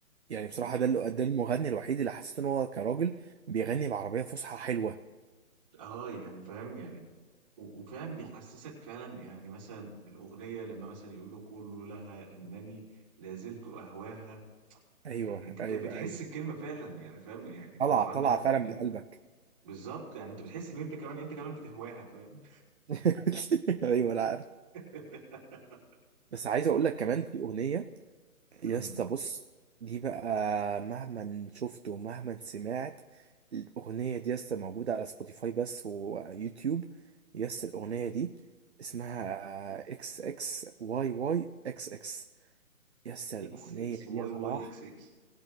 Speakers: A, on the right; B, on the right.
A: يعني بصراحه
B: يعني-
A: ده اللي ده المغني الوحيد اللي حسيت ان هو كراجل بيغني بعربيه فصحى حلوه
B: اه يعني فاهم يعني و- وفاهم بيحسسك فعلا يعني مثلا بالأغنية لما مثلا يقولوا قولوا لها إنني لازلت أهواها
A: ايوه
B: يعني أنت بت-
A: ايوه
B: بتحس
A: ايوه
B: الكلمة فعلا يعني فاهم يعني أنت
A: طلع
B: لو عندك
A: طلع فعلا
B: بنت
A: من قلبك
B: بالظبط يعني انت بتحس ان انت كمان انت كمان بتهواها فاهم
A: <laughs> ايوه انا عارف
B: <laughs>
A: بس عايز اقول لك كمان في اغنيه يا
B: أمم.
A: اسطى بص دي بقى مهما شفت ومهما سمعت الأغنية دي يا اسطى موجودة على سبوتيفاي بس ويوتيوب يا اسطى الأغنية دي اسمها اكس اكس واي واي اكس اكس يا اسطى
B: اكس
A: الأغنية
B: اكس
A: دي
B: واي
A: يا صلاح
B: واي اكس اكس